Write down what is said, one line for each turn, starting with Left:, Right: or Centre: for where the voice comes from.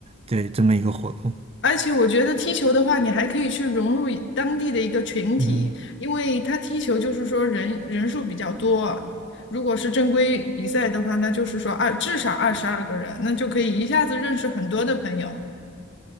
Right: 对，这么一个活动。
Left: 而且我觉得踢球的话，你还可以去融入一当地的一个群体，
Right: 嗯
Left: 因为他踢球就是说人人数比较多。如果是正规比赛的话，那就是说二至少二十二个人，那就可以一下子认识很多的朋友。